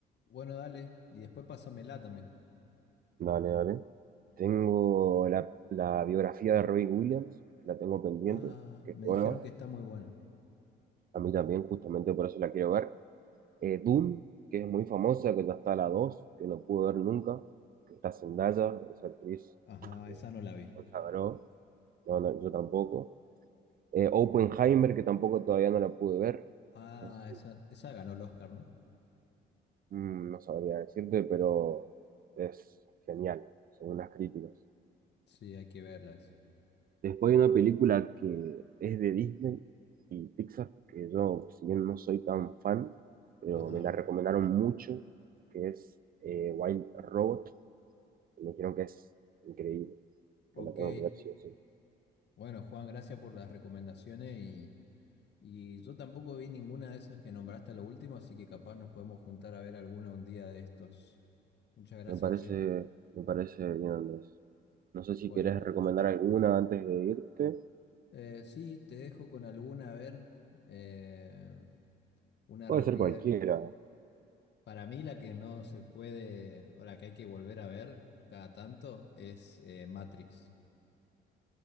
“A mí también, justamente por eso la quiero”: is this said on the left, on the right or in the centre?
Right